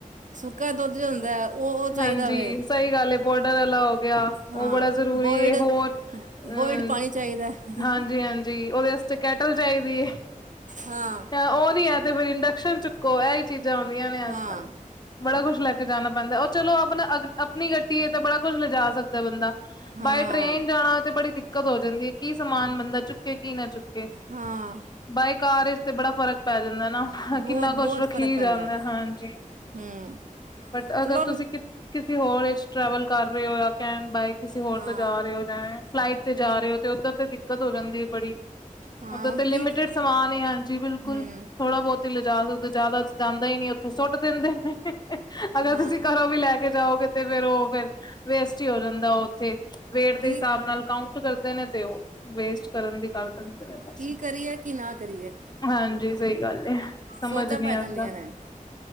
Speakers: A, on the right (about 65°); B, on the left (about 30°).
A: ਸੁੱਕਾ ਦੁੱਧ ਹੁੰਦਾ ਉਹ ਉਹ ਚਾਹੀਦਾ
B: ਹਾਂਜੀ
A: ਵੇ
B: ਸਹੀ ਗੱਲ ਹੈ। ਬੋਡਰ ਵਾਲਾ ਹੋ ਗਿਆ
A: ਹਾਂ
B: ਉਹ ਬੜਾ ਜ਼ਰੂਰੀ
A: ਬੋਇਡ
B: ਹੋਰ ਅ
A: ਬੋਇਡ ਪਾਣੀ ਚਾਹੀਦਾ ਹੈ।
B: ਹਾਂਜੀ-ਹਾਂਜੀ ਉਹਦੇ ਕੈਟਲ ਚਾਹੀਦੀ ਹੈ
A: ਹਾਂ
B: ਉਹ ਨੀ ਹੈ, ਤੇ ਫੇਰ ਇੰਡਕਸ਼ਨ ਚੁੱਕੋ ਇਹੀ ਚੀਜ਼ ਜਾਉਂਦੀਆਂ ਨੇ
A: ਹਾਂ
B: ਅੱਜ-ਕੱਲ੍ਹ ਬੜਾ ਕੁੱਛ ਲੈ, ਕੇ ਜਾਣਾ ਪੈਂਦਾ ਚਲੋ ਆਪਣਾ ਅ ਆਪਣੀ ਗੱਡੀ ਐ ਤਾਂ ਬੜਾ ਕੁਛ ਲਿਜਾ ਸਕਦਾ ਬੰਦਾ
A: ਹਾਂ
B: ਬਾਏ ਟ੍ਰਰੇਨ ਜਾਣਾ ਤੇ ਬੜੀ ਦਿੱਕਤ ਹੋ ਜਾਂਦੀ ਐ ਕੀ ਸਮਾਨ ਬੰਦਾ ਚੁੱਕੇ ਕੀ ਨਾ ਚੁੱਕੇ।
A: ਹਾਂ।
B: ਬਾਈ ਕਾਰ ਵਿੱਚ ਤੇ ਬੜਾ ਫਰਕ ਪੈ ਜਾਂਦਾ ਨਾ
A: ਬਹੁਤ
B: ਕਿੰਨਾ
A: ਬਹੁਤ
B: ਕੁਛ ਰੱਖੀ
A: ਫਰਕ ਪੈਂਦਾ
B: ਜਾਂਦਾ
A: ਹੈ।
B: ਹਾਂਜੀ।
A: ਹੂੰ,
B: ਬਟ ਅਗਰ
A: ਚਲੋ
B: ਤੁਸੀਂ
A: ਹੁਣ
B: ਕਿਸੇ ਹੋਰ ਵਿੱਚ ਟ੍ਰੈਵਲ ਕਰ ਰੇ ਓ ਜਾਂ ਕੈਣ ਬਾਏ ਕਿਸੇ ਹੋਰ
A: ਹਾਂ
B: ਤੋਂ ਜਾ ਰੇ ਓ। ਫਲਾਈਟ ਤੇ ਜਾ ਰੇ ਓ ਉੱਧਰ ਤੇ ਦਿੱਕਤ ਹੋ ਜਾਂਦੀ ਐ ਬੜੀ।
A: ਹਾਂ
B: ਓਦੇ
A: ਹੁਣ
B: ਤੇ ਲਿਮਟਿਡ
A: ਕੀ ਕ-
B: ਸਮਾਨ ਈ ਹਾਂਜੀ ਬਿਲਕੁਲ
A: ਹੂੰ
B: ਥੋੜਾ ਬੋਤ ਈ ਲਿਜਾ ਜ਼ਿਆਦਾ ਜਾਂਦਾ ਈ ਨੀ ਉੱਥੇ ਸੁੱਟ ਦਿੰਦੇ ਨੇ ਅਗਰ
A: ਹਾਂ
B: ਤੁਸੀਂ ਘਰੋਂ ਵੀ ਲੈ ਕੇ ਜਾਓਗੇ ਤੇ। ਫੇਰ ਓ ਫਿਰ ਵੇਸਟ ਈ ਹੋ ਜਾਂਦਾ ਉੱਥੇ ਵੇਟ ਦੇ
A: ਕੀ
B: ਹਿਸਾਬ ਨਾਲ ਕਾ ਊਂਟ ਕਰਦੇ ਨੇ ਤੇ ਓ ਵੇਸਟ ਕਰਨ ਦੀ ਗੱਲ ਕਰਦੇ ਨੇ। ਬਸ
A: ਕੀ ਕਰੀਏ ਕੀ ਨਾ ਕਰੀਏ।
B: ਹਾਂਜੀ, ਸਹੀ ਗੱਲ ਐ ਸਮਝ
A: ਸੋਚਾਂ
B: ਨੀ
A: ਪੈ
B: ਆਂਦਾ।
A: ਜਾਂਦੀਆਂ ਨੇ